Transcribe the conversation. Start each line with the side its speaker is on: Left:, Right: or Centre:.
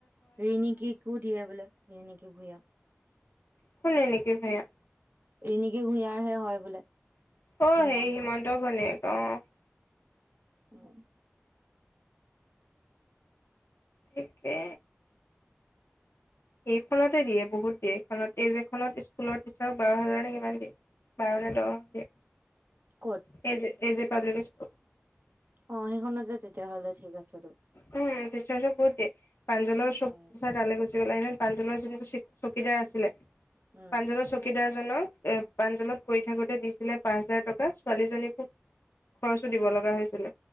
Right: ৰিণিকীকো দিয়ে বোলে ৰিণিকি ভূঞা।
Left: কোনে নেকি ভূঞা
Right: ৰিনিকি ভূঞাৰ হে হয় বোলে।
Left: অ',
Right: হিমন্ত
Left: হেই হিমন্তৰ ঘৈনিয়েক। অ'।
Right: উম
Left: ঠিকে। এইখনতে দিয়ে বহুত দিয়ে এইখনত এই যে স্কুলৰ টিচাৰক বাৰ হাজাৰ নে কিমান দিয়ে বাৰ নে দহ দিয়ে।
Right: ক'ত
Left: সেই যে এজ এ পাব্লিক স্কুল।
Right: অ', সেইখনতে তেতিয়া হ'লে ঠিক আছে। তো
Left: হম, তেতিয়াটো বহুত দিয়ে পাঞ্জল চব্জি
Right: উম
Left: চা তালে গছে। প্ৰাঞ্জলৰ যোনটো চি চকীদাৰ আছিলে।
Right: উম
Left: প্ৰাঞ্জলৰ চকীদাৰ হেল্ল' এ পাঞ্জলত কৰি থাকোতে দিছিলে পাঁচ হাজাৰ টকা ছোৱালীজনীকো খৰচো দিব লগা হৈছিলে